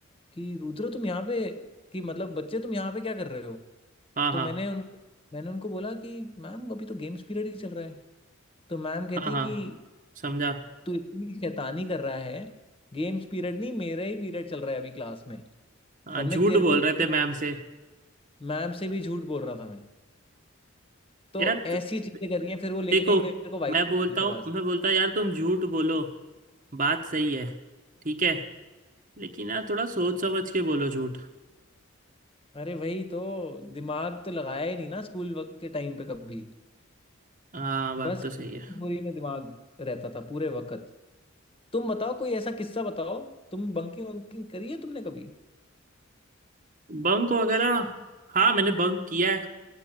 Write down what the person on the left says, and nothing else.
कि रुद्र तुम यहाँ पे कि मतलब बच्चे तुम यहाँ पे क्या कर रहे हो
तो
मैंने उनको मैंने उनको बोला कि मैम अभी तो गेम्स पीरियड ही चल रहा है तो मैम कहती
कि
तू इतनी शैतानी कर रहा है गेम्स पीरियड नहीं मेरा ही पीरियड चल रहा है अभी क्लास में
और मैं
तेरे
को ही देखूं।
मैम से भी झूठ बोल रहा था मैं तो
ऐसी
चीजें करी हैं फिर वो लेके
गई मेरे को वाइस
प्रिंसिपल
के
पास
अरे वही तो दिमाग तो लगाया ही नहीं ना स्कूल वक्त के टाइम पे कभी
बस
वही में दिमाग रहता था पूरे वक्त तुम बताओ कोई ऐसा किस्सा बताओ तुम बंकिंग वंकिंग करी है तुमने कभी